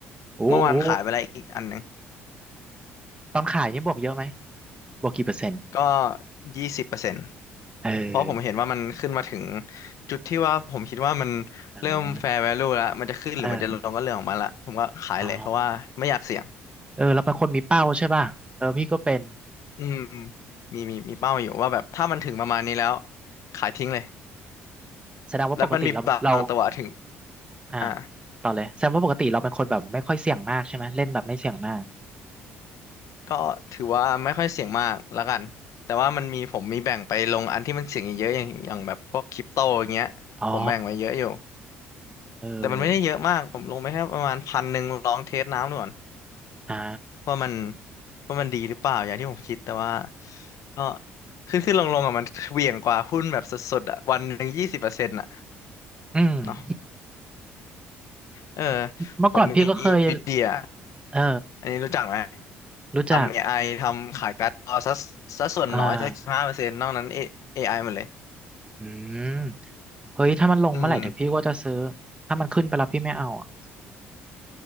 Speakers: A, on the right (about 15°); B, on the left (about 60°).
A: โอ้โห
B: เมื่อวานขายไปแล้วอีกอันหนึ่ง
A: ตอนขายนี่บวกเยอะไหมบวกกี่เปอร์เซ็นต์
B: ก็ยี่สิบเปอร์เซ็นต์
A: เออ
B: เพราะผมเห็นว่ามันขึ้นมาถึงจุดที่ว่าผมคิดว่ามัน
A: อ่า
B: เริ่ม fair value แล้วมันจะขึ้นหรือมันจะลงก็เรื่องของมันละผมก็ขายเลยเพราะว่าไม่อยากเสี่ยง
A: เอออ๋อเออเราเป็นคนมีเป้าใช่ป่ะเออพี่ก็เป็น
B: อืมมีมีมีเป้าอยู่ว่าแบบถ้ามันถึงประมาณนี้แล้วขายทิ้งเลย
A: แสดงว่าปกติเราเรา
B: แล้วมันมีบางตัวถึง
A: อ่า
B: อ่า
A: ต่อเลยแสดงว่าปกติเราเป็นคนแบบไม่ค่อยเสี่ยงมากใช่ไหมเล่นแบบไม่เสี่ยงมาก
B: ก็ถือว่าไม่ค่อยเสี่ยงมากแล้วกัน แต่ว่ามันมีผมมีแบ่งไปลงอันที่มันเสี่ยงเยอะๆอย่างอย่างแบบพวกคริปโตอย่างเงี้ยผมแบ่งไว้เยอะอยู่
A: อ๋อเออ
B: แต่มันไม่ได้เยอะมากผมลงไปแค่ประมาณพันหนึ่งลองเทสน้ำดูก่อน
A: อ่า
B: ว่ามันว่ามันดีหรือเปล่าอย่างที่ผมคิดแต่ว่าก็ขึ้นขึ้นลงลงอ่ะมันเหวี่ยงกว่าหุ้นแบบสดๆอ่ะวันหนึ่งยี่สิบเปอร์เซ็นต์อ่ะ
A: อืม
B: เนาะเออ
A: เมื่อก่อนพี่ก็เคย
B: ผมมีวิเดีย
A: เออ
B: อันนี้รู้จักไหม
A: รู้จัก
B: ทำ AI ทำขายการ์ดจอซะซะส่วนน้อยสักห้าเปอร์เซ็นต์นอกนั้น
A: อ่า
B: A- ไ i หมดเลย
A: อืมเฮ้ยถ้ามันลงเมื่อไหร่เดี๋ยวพี่ก็จะซื้อ
B: อืม
A: ถ้ามันขึ้นไปแล้วพี่ไม่เอาอ่ะ